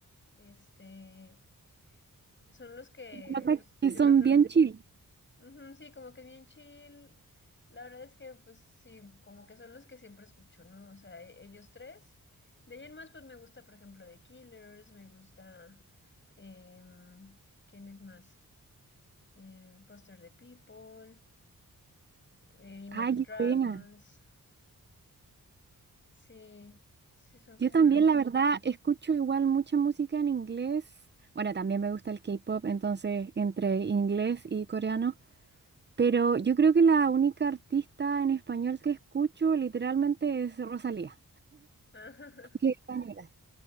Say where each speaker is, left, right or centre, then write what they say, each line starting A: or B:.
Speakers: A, on the left; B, on the right.
A: este, son los que,
B: notas
A: pues,
B: que
A: yo
B: son
A: creo que,
B: bien chill.
A: ujú, sí, como que bien chill. La verdad es que, pues, sí, como que son los que siempre escucho, ¿no? O sea, e- ellos tres. De ahí en más, pues, me gusta, por ejemplo, The Killers, me gusta, em, ¿quién es más? Eh, Foster the People, eh, Imagine
B: Ay, qué
A: Dragons.
B: pena.
A: Sí, sí, son
B: Yo
A: como
B: también,
A: el-
B: la verdad, escucho igual mucha música en inglés. Bueno, también me gusta el K-pop, entonces entre inglés y coreano. Pero yo creo que la única artista en español que escucho literalmente es Rosalía.
A: <laughs> Ajá.
B: porque es española.